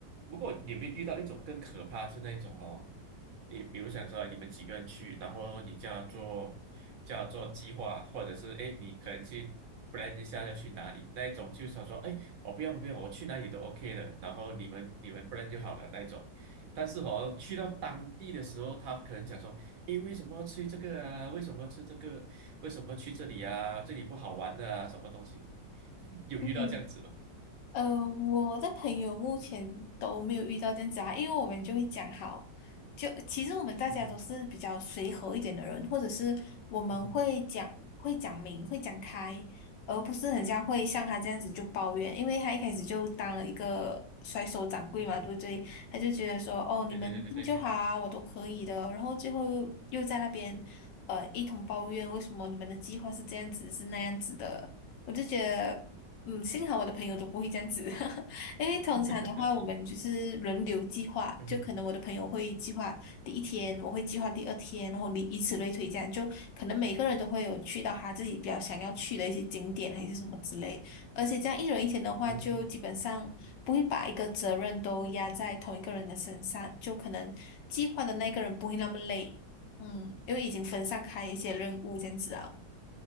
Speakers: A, on the right; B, on the left.
A: 不过你们遇到一种更可怕是那种哦，你比如想说你们几个人去，然后你叫他做叫他做计划，或者是哎你可能去 plan 一下要去哪里，那一种就是想说哎我不要不要我去哪里都 OK 的，然后你们你们 plan 就好了那一种，但是哦去到当地的时候，他可能讲说哎为什么要去这个啊？为什么要去这个？为什么去这里啊？这里不好玩的啊？什么东西？<laughs> 有遇到这样子吗？
B: 嗯呃，我的朋友目前都没有遇到这样子啊，因为我们就会讲好，就其实我们大家都是比较随和一点的人，
A: <laughs> 嗯哼
B: 或者是我们会讲会讲明会讲开，
A: 嗯哼
B: 而不是很像会像他这样子就抱怨，因为他一开始就当了一个甩手掌柜嘛，
A: 嗯哼
B: 对不对？他就觉得说哦，你们定就好啊，
A: 对对对对对，
B: 我都可以的，然后最后又又在那边呃一通抱怨，为什么你们的计划是这样子是那样子的，我就觉得。嗯，幸好我的朋友都不会这样子，<laughs> 因为通常的话，
A: <laughs>
B: 我们就是轮流计划，
A: 嗯哼，
B: 就可能我的朋友会计划第一天，我会计划第二天，然后你以此类推，这样就可能每个人都会有去到他自己比较想要去的一些景点还是什么之类，而且这样一人一天的话，
A: 嗯，
B: 就基本上不会把一个责任都压在同一个人的身上，就可能计划的那个人不会那么累，嗯，因为已经分散开一些任务这样子啊，